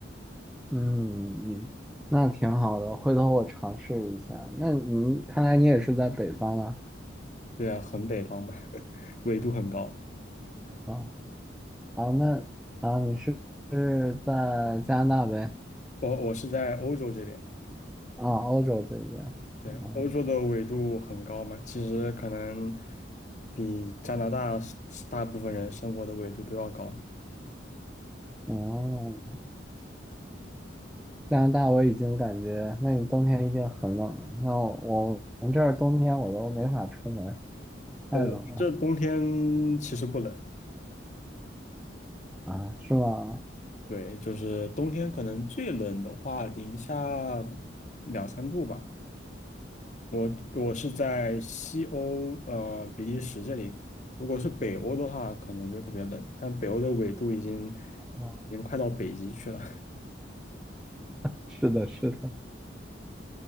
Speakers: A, in the centre; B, on the left.
A: 嗯嗯，那挺好的，回头我尝试一下。那你看来你也是在北方了。
B: 对啊，很北方嘛，<laughs> 纬度很高，
A: 啊。哦啊，那啊，你是是在加拿大呗？
B: 我我是在欧洲这边，
A: 啊，欧洲这边。
B: 对啊，
A: 哦，
B: 欧洲的纬度很高嘛，其实可能比加拿大大部分人生活的纬度都要高。
A: 哦，加拿大我已经感觉，那你冬天一定很冷了。那我我我们这儿冬天我都没法出门儿太冷了
B: 哦，我们这冬天其实不冷，
A: 啊，是吗？
B: 对，就是冬天可能最冷的话，零下两三度吧。我我是在西欧，呃，比利时这里。如果是北欧的话，可能就特别冷，但北欧的纬度已经
A: 哦，
B: 已经快到北极去了。
A: 是的，是的。